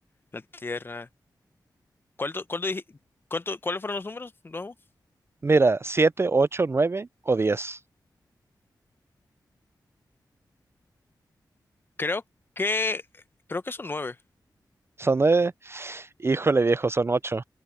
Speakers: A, on the left; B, on the right.
A: la Tierra. ¿Cuánto, cuánto dije- cuánto- cuáles fueron los números? No,
B: mira, 7, 8, 9 o diez.
A: creo que, creo que son nueve.
B: Son 9. Híjole, viejo, son 8.